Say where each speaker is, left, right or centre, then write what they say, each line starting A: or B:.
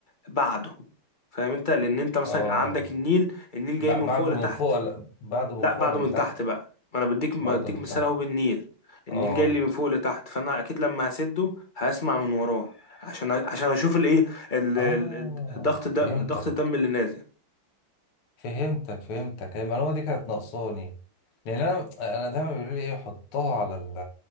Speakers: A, on the left; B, on the left.
A: بعده فاهم انت لان انت مثلا
B: اه
A: عندك النيل النيل جاي
B: ب-
A: من
B: بعده
A: فوق لتحت
B: من فوق ولا- بعده
A: لا
B: من فوق
A: بعده
B: ولا من
A: من
B: تحت
A: تحت بقى ما انا بديك بديك
B: بعده من
A: مثال
B: تحت
A: اهو بالنيل النيل
B: اه
A: جاي لي من فوق لتحت فانا اكيد لما هسده هسمع من وراه عشان عشان اشوف الايه ال-
B: اه
A: ال- ضغط الدم
B: فهمتك
A: ضغط الدم اللي نازل
B: فهمتك فهمتك هي المعلومه دي كانت ناقصاني لان انا انا دايما بيقولوا لي ايه حطها على ال...